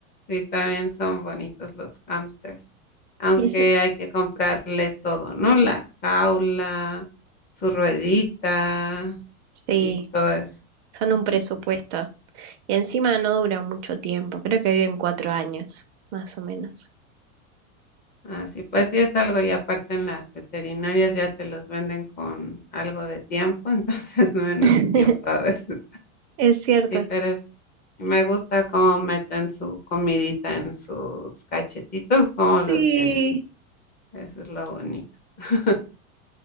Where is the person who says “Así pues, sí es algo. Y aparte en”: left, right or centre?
Left